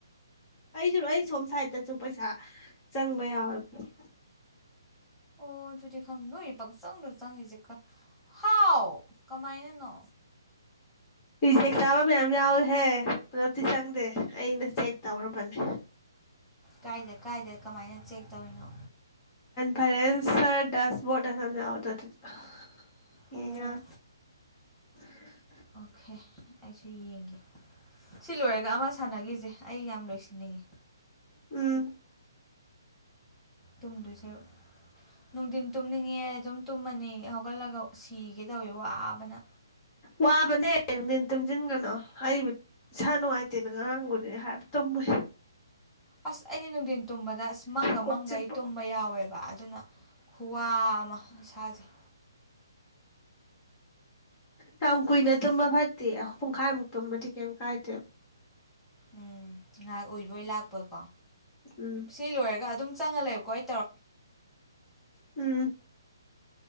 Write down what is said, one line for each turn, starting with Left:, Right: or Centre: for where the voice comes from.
Left: ꯑꯩꯁꯨꯂꯣ ꯑꯩ ꯁꯣꯝ ꯁꯥꯏꯗꯠꯇꯁꯨ ꯄꯩꯁꯥ ꯆꯪꯕ ꯌꯥꯎꯋꯣꯏ
Centre: ꯑꯣ ꯑꯗꯨꯗꯤ ꯈꯪ ꯅꯣꯏ ꯄꯪꯆꯪꯗꯣ ꯆꯪꯉꯁꯦ ꯍꯥꯎ ꯀꯃꯥꯏꯅꯅꯣ
Left: ꯆꯦꯛ ꯆꯥꯕ ꯃꯌꯥꯝ ꯌꯥꯎꯏꯦꯍꯦ ꯄꯨꯂꯞꯇꯤ ꯆꯪꯗꯦ ꯑꯩꯅ ꯆꯦꯛ ꯇꯧꯈ꯭ꯔꯕꯅꯤ
Centre: ꯀꯥꯏꯗ ꯀꯥꯏꯗ ꯀꯃꯥꯏꯅ ꯆꯦꯛ ꯇꯧꯔꯤꯅꯣ
Left: ꯐꯔ ꯁꯔ ꯗꯁꯕꯣꯠ ꯅꯅꯗ ꯍꯒ
Centre: ꯑꯣ
Left: <unintelligible>
Centre: ꯑꯣꯀꯦ ꯑꯩꯁꯨ ꯌꯦꯡꯒꯦ ꯁꯤ ꯂꯣꯏꯔꯒ ꯑꯃ ꯁꯥꯟꯅꯈꯤꯁꯦ ꯑꯩ ꯌꯥꯝ ꯂꯣꯏꯁꯤꯟꯅꯤꯡꯉꯤ
Left: ꯎꯝ
Centre: ꯇꯨꯝꯗꯣꯏ ꯁꯔꯨꯛ ꯅꯨꯡꯊꯤꯟ ꯇꯨꯝꯅꯤꯡꯉꯦ ꯑꯗꯨꯝꯨꯝ ꯅꯤ ꯍꯧꯒꯠꯂꯒ ꯁꯤꯒ ꯀꯗꯧꯋ ꯋꯥ ꯇꯕꯅ
Left: ꯋꯥꯕꯅꯦ ꯅꯨꯡꯊꯦꯟ ꯇꯨꯝꯁꯤꯟꯒꯅꯣ ꯑꯩꯕꯨ ꯏꯁꯥ ꯅꯨꯡꯉꯥꯏꯇꯦꯅ ꯉꯔꯥꯡꯕꯨꯗꯤ ꯍꯥꯏꯕ ꯇꯨꯝꯃꯨ
Centre: ꯑꯁ ꯑꯩꯗꯤ ꯅꯨꯡꯊꯤꯟ ꯇꯨꯝꯕꯗ ꯑꯁ ꯃꯪꯒ
Left: ꯀꯣꯛ
Centre: ꯃꯪꯒ
Left: ꯆꯤꯛꯄ
Centre: ꯑꯩ ꯇꯨꯝꯕ ꯌꯥꯎꯋꯦꯕ ꯑꯗꯨꯅ ꯈꯨꯋꯥ ꯑꯃ ꯁꯥꯥꯁꯩ
Left: ꯌꯥꯝ ꯀꯨꯏꯅ ꯇꯨꯝꯕ ꯐꯠꯇꯦ ꯄꯨꯡꯈꯥꯏꯃꯨꯛ ꯇꯨꯝꯕꯗꯤ ꯀꯩꯝ ꯀꯥꯏꯗꯦ
Centre: ꯎꯝ ꯉꯥꯏꯍꯥꯛ ꯑꯣꯏꯕꯣꯏ ꯂꯥꯛꯄꯣꯏꯀꯣ
Left: ꯎꯝ
Centre: ꯁꯤ ꯂꯣꯏꯔꯒ ꯑꯗꯨꯝ ꯆꯥꯡꯉ ꯂꯥꯏꯦꯀꯣꯏ
Left: ꯎꯝ